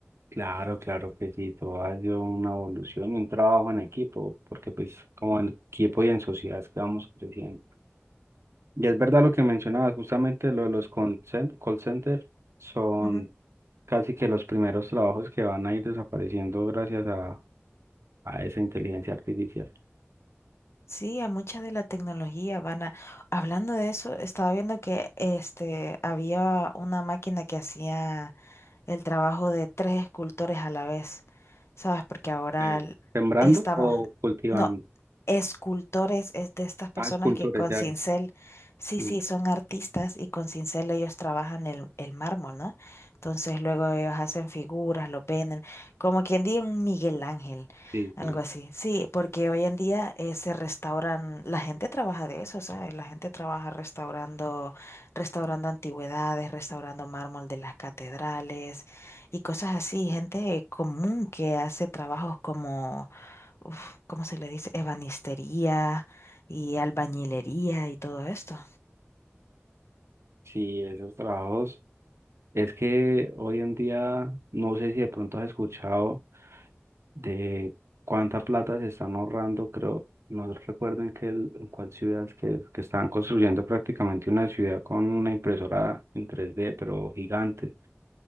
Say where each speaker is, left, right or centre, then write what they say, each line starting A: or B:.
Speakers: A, on the right; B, on the left.
A: claro, claro que sí, todo ha sido una evolución y un trabajo en equipo, porque pues como en equipo y en sociedad es que vamos creciendo. Y es verdad lo que mencionabas, justamente lo de los con- cen- call center son
B: Ujú.
A: casi que los primeros trabajos que van a ir desapareciendo gracias a, a esa inteligencia artificial.
B: Sí, a mucha de la tecnología van a... Hablando de eso, estaba viendo que este, había una máquina que hacía... el trabajo de tres escultores a la vez, ¿sabes? Porque ahora
A: Eh,
B: el-
A: ¿Sembrando
B: estamos,
A: o cultivando?
B: no, escultores es de estas personas
A: Ah, es cultura,
B: que con
A: ya.
B: cincel,
A: ya.
B: sí,
A: Sí,
B: sí, son artistas y con cincel ellos trabajan el, el mármol, ¿no? Entonces luego ellos hacen figuras, los venden, como quien diga un Miguel Ángel,
A: sí,
B: algo
A: sí.
B: así. Sí, porque hoy en día eh, se restauran, la gente trabaja de eso, ¿sabes? La gente trabaja restaurando restaurando antigüedades, restaurando mármol de las catedrales y cosas así. Gente común que hace trabajos como, uf, ¿cómo se le dice? Ebanistería y albañilería y todo esto.
A: Sí, esos trabajos. Es que hoy en día, no sé si de pronto has escuchado. de cuánta plata se están ahorrando, creo, no recuerdo en qué, en cuál ciudad es que, que estaban construyendo prácticamente una ciudad con una impresora en tres d pero gigante,